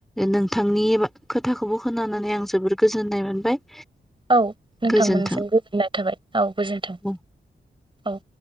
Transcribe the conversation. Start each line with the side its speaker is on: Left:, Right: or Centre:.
Centre: नोंथांनि खोथाखौबो खोनानानै आं जोबोर गोजोननाय मोनबाय
Right: औ नोंथांमोनजों
Centre: गोजोन्थों।
Right: गोजोननाय थाबाय औ गोजोन्थों
Centre: औ।
Right: औ